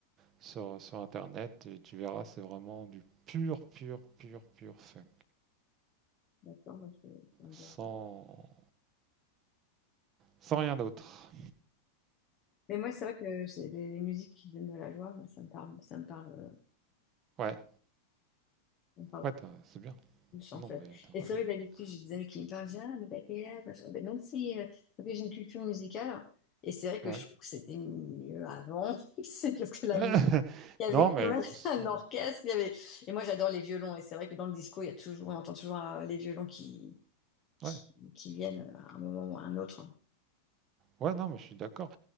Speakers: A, on the right; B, on the left.
A: sur, sur Internet et tu verras, c'est vraiment du pur, pur, pur, pur funk.
B: D'accord, moi, je vais- je vais regarder.
A: Sans, sans rien d'autre.
B: Mais moi, c'est vrai que c'est les musiques qui donnent de la joie, moi, ça me parle, ça me parle, euh,
A: Ouais,
B: ça me parle
A: ouais t'as- c'est bien.
B: plus, en
A: Non,
B: fait.
A: mais t'as
B: Et c'est
A: raison.
B: vrai que d'habitude,
A: hein.
B: j'ai des amis qui me parlent, je dis, ah, mais t'as quel âge machin. Mais Même si euh, après, j'ai une culture musicale, et c'est vrai que
A: Ouais.
B: je trouve que c'était mieux avant, <laughs> c'est parce que la
A: <laughs>
B: musique, il y avait
A: non,
B: quand
A: mais
B: même
A: moi aussi.
B: <laughs> un orchestre,
A: hein.
B: il y avait... Et moi, j'adore les violons, et c'est vrai que dans le disco, il y a toujours, on entend toujours euh, les violons qui, qui,
A: Ouais,
B: qui viennent euh, à un moment ou à un autre.
A: ouais, non, mais je suis d'accord.